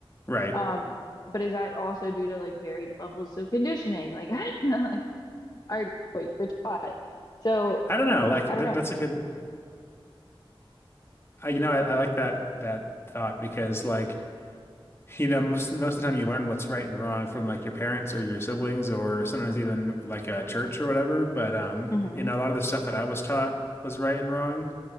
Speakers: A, on the left; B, on the left.
A: Right.
B: um, but is that also due to like varied levels of conditioning? Like, <laughs> I don't know, like or what you were taught. So
A: I don't know. Like th
B: I don't know.
A: that's a good. I, you know, I, I like that that thought because like you know most most of the time you learn what's right and wrong from like your parents or your siblings or sometimes even like a church or whatever. But um,
B: hmm
A: you know, a lot of the stuff that I was taught was right and wrong.